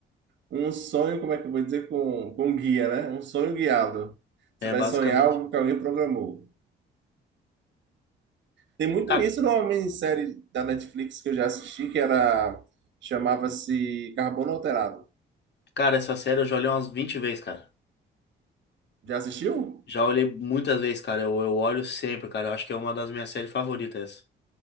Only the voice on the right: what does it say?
Um sonho, como é que eu vou dizer, com, com guia, né? Um sonho guiado. Você
vai
sonhar algo que alguém programou. Tem muito
isso numa minissérie da Netflix que eu já assisti, que era chamava-se Carbono Alterado.
Já assistiu?